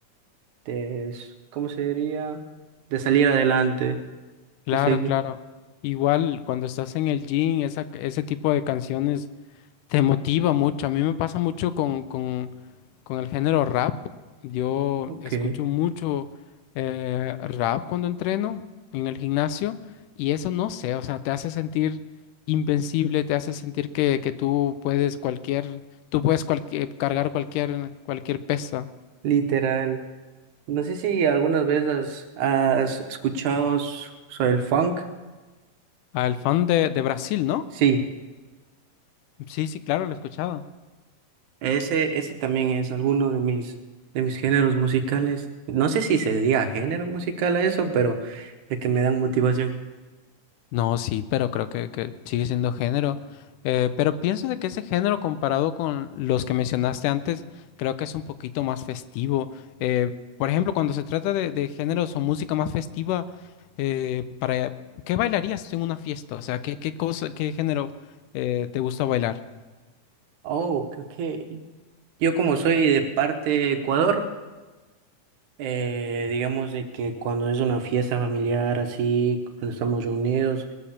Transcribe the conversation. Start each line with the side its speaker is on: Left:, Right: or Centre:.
Right: de s- ¿cómo se diría? De salir adelante,
Left: Claro,
Right: de seguir.
Left: claro. Igual cuando estás en el gym, esa, ese tipo de canciones Te motiva mucho. A mí me pasa mucho con, con, con el género rap. Yo
Right: Ok,
Left: escucho mucho eh, rap cuando entreno en el gimnasio y eso no sé, o sea, te hace sentir invencible, te hace sentir que, que tú puedes cualquier, tú puedes cualquier, cargar cualquier, cualquier pesa.
Right: literal. No sé si algunas veces has, has escuchado s- sobre el funk.
Left: Al fan de, de Brasil, ¿no?
Right: Sí.
Left: Sí, sí, claro, lo he escuchado.
Right: Ese, ese también es alguno de mis, de mis géneros musicales. No sé si se diga género musical a eso, pero de que me dan motivación.
Left: No, sí, pero creo que, que sigue siendo género. Eh, pero pienso de que ese género comparado con los que mencionaste antes, creo que es un poquito más festivo. Eh, por ejemplo, cuando se trata de, de géneros o música más festiva, eh, para, ¿qué bailarías en una fiesta? O sea, ¿qué, qué cosa, qué género eh, te gusta bailar?
Right: Oh, creo que yo como soy de parte de Ecuador, eh, digamos de que cuando es una fiesta familiar así, cuando estamos reunidos,